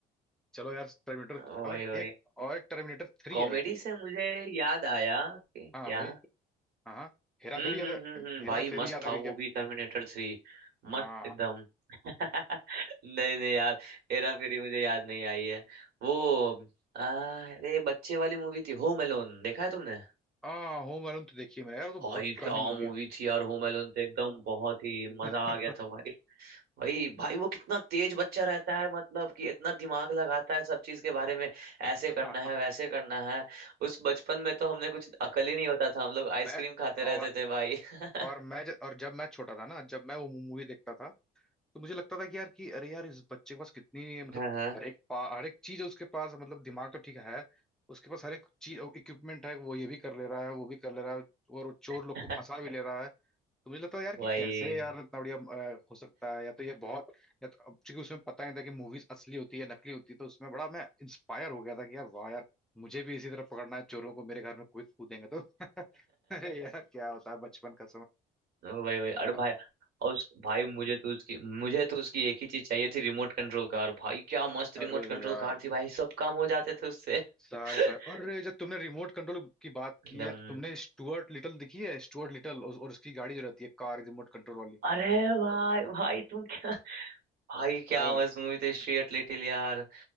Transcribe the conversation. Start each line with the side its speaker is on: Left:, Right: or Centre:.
Centre: चलो यार टर्मिनेटर
Right: वही
Centre: और
Right: वही
Centre: एक और एक टर्मिनेटर थ्री
Right: कॉमेडी
Centre: आई थी
Right: से मुझे याद आया कि क्या
Centre: हाँ भाई हाँ हाँ हेरा
Right: हम्म
Centre: फेरी याद
Right: हम्म
Centre: आ-
Right: हम्म हम्म
Centre: हेरा
Right: भाई मस्त
Centre: फेरी याद
Right: था
Centre: आ गई क्या
Right: वो भी टर्मिनेटर थ्री
Centre: हाँ
Right: मस्त एकदम <laughs> नहीं नहीं यार हेरा फेरी मुझे याद नहीं आई है वो आ, अरे बच्चे वाली मूवी थी होम एलोन देखा है तुमने
Centre: हाँ होम अलोन तो देखी है मैंने यार वो तो
Right: भाई
Centre: बहुत पुरानी
Right: क्या
Centre: मूवी
Right: मूवी
Centre: है
Right: थी यार होम एलोन तो एकदम बहुत ही मजा
Centre: <laughs> हाँ,
Right: आ गया था भाई वही भाई वो कितना तेज बच्चा रहता है मतलब कि इतना दिमाग लगाता है सब चीज के बारे में ऐसे
Centre: हाँ,
Right: करना है वैसे करना है उस बचपन में तो हमने कुछ अकल ही नहीं होता था हम लोग
Centre: मैं
Right: आइसक्रीम खाते रहते
Centre: और
Right: थे भाई हाँ
Centre: और मैं ज, और जब मैं छोटा था ना जब मैं वो मूवी देखता था तो मुझे लगता था कि यार कि अरे यार इस बच्चे के पास कितनी मतलब
Right: हाँ
Centre: हर एक पा हर एक चीज है उसके पास मतलब दिमाग तो ठीक है उसके पास हर एक चीज इक्विपमेंट है वो ये भी कर ले रहा है वो भी कर ले रहा है और वो चोर
Right: <laughs>
Centre: लोग को फंसा भी ले रहा है तो मुझे लगता है यार कि
Right: वही
Centre: कैसे
Right: <laughs>
Centre: यार इतना बढ़िया अ, हो सकता है या तो ये बहुत या तो अब चूंकि उसमें पता नहीं था कि मूवीज असली होती है नकली होती है तो उसमें बड़ा मैं इंस्पायर हो गया था कि यार वाह यार मुझे भी इसी तरह पकड़ना है चोरों को मेरे घर में कोई कूदेंगे तो <laughs> अरे यार क्या होता है बचपन का
Right: वही वही
Centre: यार,
Right: अरे भाई और उस भाई मुझे तो उसकी मुझे तो उसकी एक ही चीज चाहिए थी रिमोट कंट्रोल कार भाई क्या मस्त
Centre: अरे
Right: रिमोट कंट्रोल
Centre: यार
Right: कार थी भाई सब काम हो जाते थे उससे
Centre: सारे
Right: <laughs>
Centre: सारे अरे जब तुमने रिमोट कंट्रोल की बात
Right: एकदम
Centre: की है तो तुमने स्टुअर्ट लिटल देखी है स्टुअर्ट लिटल और, और उसकी गाड़ी जो रहती है कार रिमोट कंट्रोल वाली
Right: अरे भाई भाई तुम क्या भाई
Centre: अरे
Right: क्या मस्त मूवी थी स्ट्रीट लिटिल यार